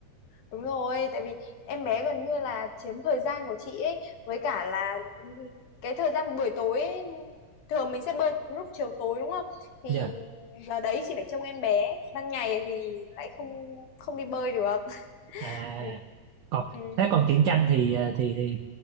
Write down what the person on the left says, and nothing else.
Đúng rồi, tại vì em bé gần như là chiếm thời gian của chị ấy với cả là cái thời gian buổi tối ấy, thường mình sẽ bơi lúc chiều tối đúng không? Thì
giờ đấy chị phải trông em bé, ban ngày thì lại không không đi bơi được.
Ừ.
Ừ.